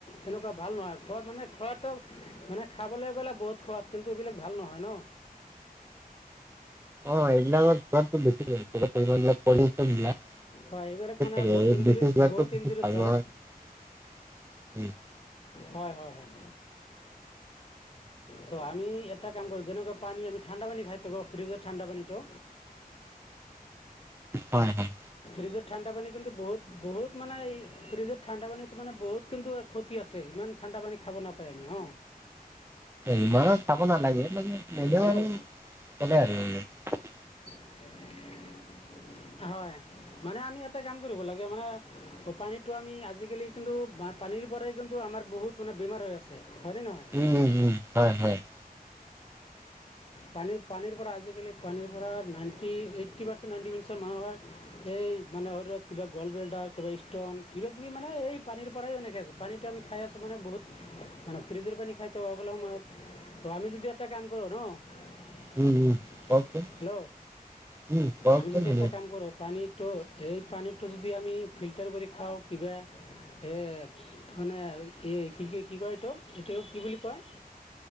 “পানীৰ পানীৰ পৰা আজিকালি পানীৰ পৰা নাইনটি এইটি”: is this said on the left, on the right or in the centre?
Left